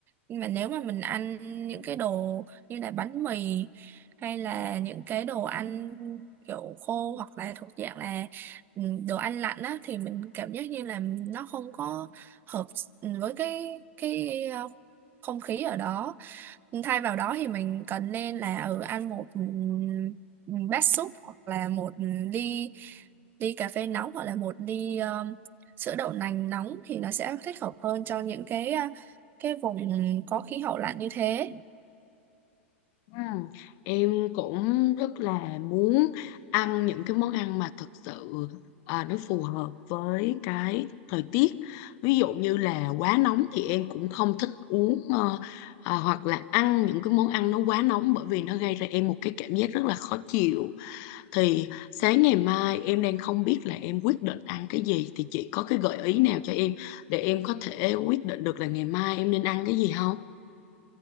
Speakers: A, on the right (about 30°); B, on the left (about 50°).
A: nhưng mà nếu mà mình ăn những cái đồ như là bánh mì hay là những cái đồ ăn kiểu khô hoặc là thuộc dạng là ừ, đồ ăn lạnh á thì mình cảm giác như là nó không có hợp s- ừ, với cái cái ờ, không khí ở đó thay vào đó thì mình cần nên là ở ăn một ừ, ừ, bát súp hoặc là một ly ly cà phê nóng hoặc là một ly ờ, sữa đậu nành nóng thì nó sẽ thích hợp hơn cho những cái ờ, cái vùng có khí hậu lạnh như thế
B: Ừ. Em cũng rất là muốn ăn những cái món ăn mà thực sự à, nó phù hợp với cái thời tiết. Ví dụ như là quá nóng thì em cũng không thích uống ờ, à, hoặc là ăn những cái món ăn nó quá nóng bởi vì nó gây ra em một cái cảm giác rất là khó chịu. Thì sáng ngày mai em đang không biết là em quyết định ăn cái gì thì chị có cái gợi ý nào cho em để em có thể quyết định được là ngày mai em nên ăn cái gì không?